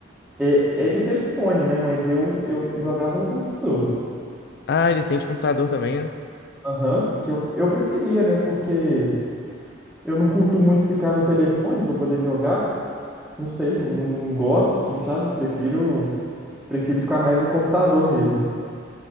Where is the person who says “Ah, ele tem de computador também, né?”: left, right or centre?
Left